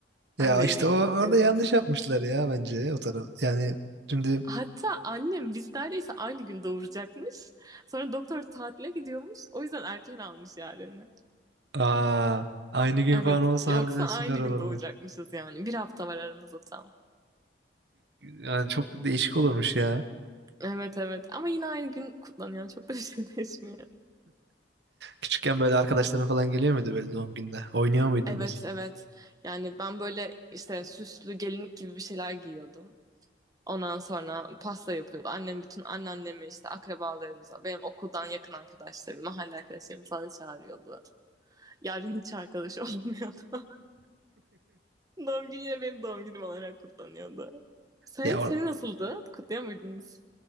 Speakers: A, on the right; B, on the right.
A: Anca
B: Ya
A: yeni
B: işte
A: yeni
B: o, orada
A: kutluyordunuz.
B: yanlış yapmışlar ya bence o taraf. Yani şimdi
A: Hatta annem biz neredeyse aynı gün doğuracakmış. Sonra doktor tatile gidiyormuş. O yüzden erken almış Yaren'i.
B: aa, aynı gün
A: Evet,
B: falan olsa
A: yoksa
B: harbiden
A: aynı
B: süper
A: gün
B: olurmuş.
A: doğacakmışız yani. Bir hafta var aramızda tam.
B: Yani çok değişik olurmuş ya.
A: Evet evet ama yine aynı gün kutlanıyor. Çok da bir şey <laughs> değişmiyor.
B: Küçükken böyle arkadaşların falan geliyor muydu böyle doğum gününe? Oynuyor muydunuz?
A: Evet evet. Yani ben böyle işte süslü gelinlik gibi bir şeyler giyiyordum. Ondan sonra pasta yapıyordu. Annem bütün anneannemi işte akrabalarımıza, benim okuldan yakın arkadaşlarım, mahalle arkadaşlarım falan çağırıyordu. Yarın hiç arkadaş olmuyordu. <laughs> Doğum günü yine benim doğum günüm olarak kutlanıyordu. Senin,
B: Ya
A: senin
B: or-
A: nasıldı? Kutluyor muydunuz?